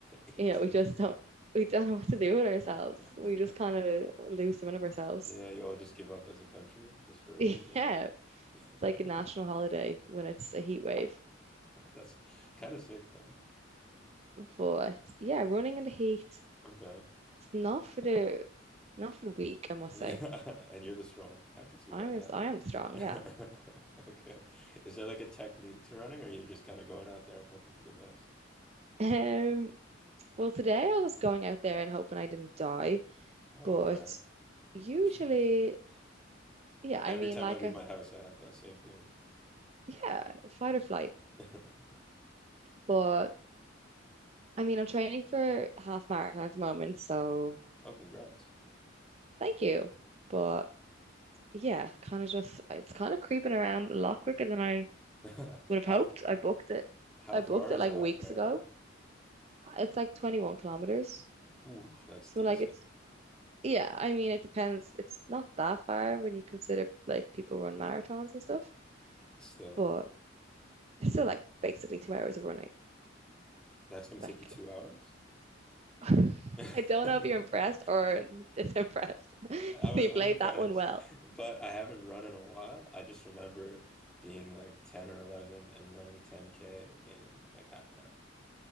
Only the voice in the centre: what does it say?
18
degree.
<laughs>
Yeah,
you all just give up as a country just for a
week and <laughs>
that's kind of sick though.
Okay.
Yeah,
<laughs> and you're the strong. I can see
that now.
<laughs>
Okay. Is there like a technique to running, or are you just kind of going out there and hoping for the best?
Oh,
fair.
<laughs>
Every
time
I leave
my house, I have that same feeling.
<laughs>
Oh, congrats.
<laughs>
How
how
far
is
a half
marathon?
Ooh, that's
decent.
Still,
that's gonna
take you two hours?
<laughs> I
was unimpressed,
but I haven't run in a while. I just remember being like 10 or 11 and running 10K in like half an hour.